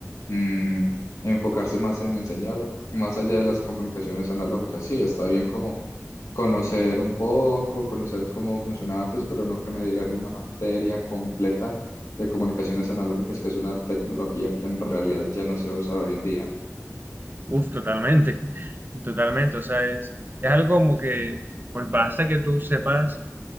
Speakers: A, on the left; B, on the right.
A: mm, enfocarse más en enseñar más allá de las comunicaciones analógicas. Sí, está bien como conocer un poco, conocer cómo funcionaba antes, pero no que me dieran una materia completa de comunicaciones analógicas, que es una tecnología que en realidad ya no se usa hoy en día.
B: Uf, totalmente, <laughs> totalmente. O sea, es, es algo como que, pues basta que tú sepas,